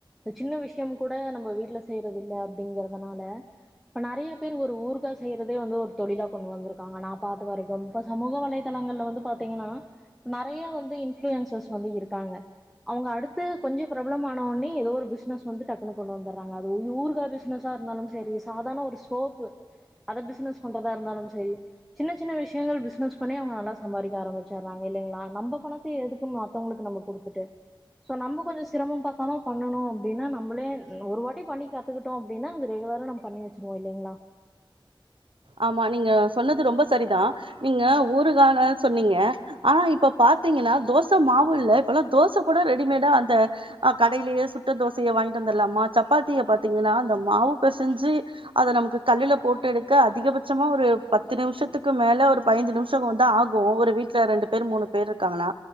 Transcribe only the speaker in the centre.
சின்ன விஷ்யம் கூட நம்ப வீட்ல செய்றதில்ல அப்டிங்கறதனால இப்ப நெறைய பேர் ஒரு ஊறுகா செய்யறதே வந்து ஒரு தொழிலா கொண்டு வந்துருக்காங்க நா பாத்த வரைக்கும் இப்ப சமூக வலைதளங்கள்ல வந்து பாத்தீங்கெனா நெறைய வந்து இன்ஃப்ளுயன்சர்ஸ் வந்து இருக்காங்க அவுங்க அடுத்து கொஞ்ச பிரபலம் ஆனோனே எதோ ஒரு பிஸ்னஸ் வந்து டக்குன்னு கொண்டு வந்தர்றாங்க அது ஊறுகா பிஸ்னஸாருந்தாலும் செரி சாதாண ஒரு சோப்பு அத பிஸ்னஸ் பண்றதா இருந்தாலும் செரி சின்ன சின்ன விஷ்யங்கள் பிஸ்னஸ் பண்ணி அவுங்க நல்லா சம்பாரிக்க ஆரம்பிச்சர்றாங்க இல்லைங்களா நம்ப பணத்த எதுக்கு மத்தவுங்களுக்கு நம்ம குடுத்துட்டு சோ நம்ப கொஞ்சொம் சிரமம் பாக்காம பண்ணுணும் அப்டின்னா நம்பளே ஒரு வாட்டி பண்ணி கத்துக்கிட்டோம் அப்டின்னா ரெகுலரா நம் பண்ணி வச்சிருவோம் இல்லிங்ளா